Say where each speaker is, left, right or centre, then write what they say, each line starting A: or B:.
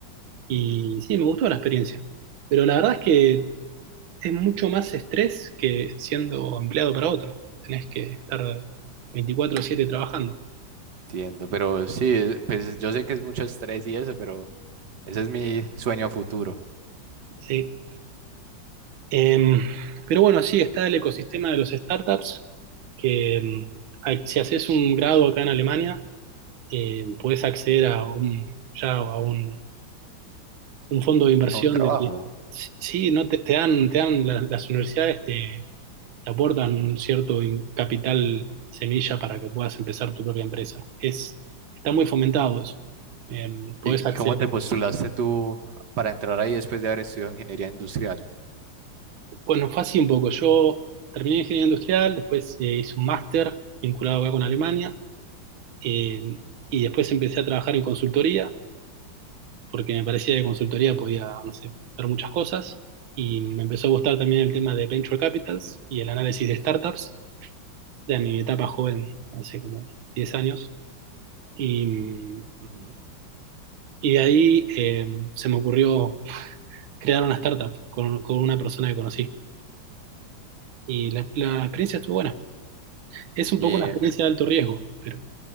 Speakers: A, on the right; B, on the right.
A: Y
B: Ujú.
A: sí, me gustó la experiencia. Pero la verdad es que es mucho más estrés que siendo empleado para otro. Tenés que estar veinticuatro siete trabajando.
B: Entiendo, pero sí, es- pues yo sé que es mucho estrés y eso, pero ese es mi sueño a futuro.
A: Sí. Em, pero bueno, sí, está el ecosistema de los startups, que em, a- si haces un grado acá en Alemania, em, puedes acceder a un, ya a un, un fondo de inversión.
B: A un trabajo.
A: De, sí, no te, te dan, te dan la- las universidades te, te aportan un cierto in- capital semilla para que puedas empezar tu propia empresa. Es, está muy fomentado eso. Em, podés
B: ¿Y
A: acceder.
B: y cómo te postulaste tú para entrar ahí después de haber estudiado ingeniería industrial?
A: Bueno, fue así un poco. Yo terminé ingeniería industrial, después eh, hice un máster vinculado acá con Alemania. Eh, y después empecé a trabajar en consultoría, porque me parecía que consultoría podía, no sé, ver muchas cosas. Y me empezó a gustar también el tema de venture capitals y el análisis de startups, ya en mi etapa joven, hace como 10 años. Y,
B: Ujú.
A: y de ahí eh, se me ocurrió crear una startup con, con una persona que conocí. Y la, la experiencia estuvo buena. Es un
B: Y
A: poco
B: en,
A: una experiencia de alto riesgo, pero